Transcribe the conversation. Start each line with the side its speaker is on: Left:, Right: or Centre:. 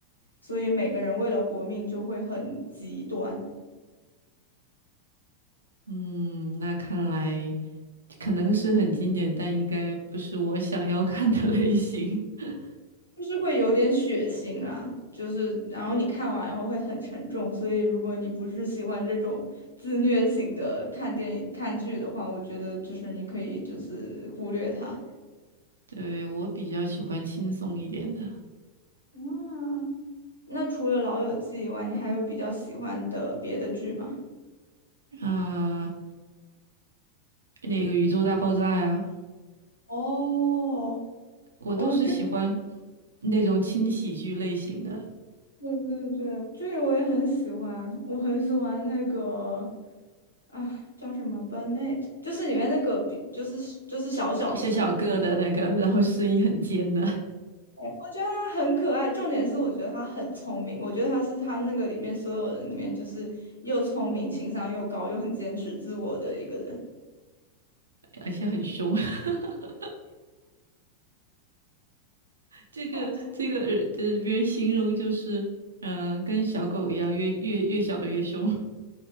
Left: 所以每个人为了活命就会很极端。
Right: 嗯，那看来可能是很经典，但应该不是我想要看的类型。<laughs>
Left: 就是会有点血腥啦，就是然后你看完然后会很沉重，所以如果你不是喜欢这种自虐型的看电影看剧的话，我觉得就是你可以就是忽略它。
Right: 对，我比较喜欢轻松一点的
Left: 啊，那除了《老友记》以外，你还有比较喜欢的别的剧吗？
Right: 啊，那个《宇宙大爆炸》呀，
Left: 哦，
Right: 我都是喜欢
Left: 哦，这个
Right: 那种轻喜剧类型的，
Left: 对对对，这个我也很喜欢，我很喜欢那个啊，叫什么 Burnet，就是里面那个比，就是就是小小只的。
Right: 小小个的那个，然后声音很尖的，
Left: 我觉得他很可爱，重点是我觉得他很聪明，我觉得他是他那个里面所有人里面就是又聪明、情商又高、又很坚持自我的一个人。
Right: 而且很凶。<laughs> 这个这个呃，
Left: 哦，是
Right: 就是别人形容就是，嗯、跟小狗一样，越越越小的越凶。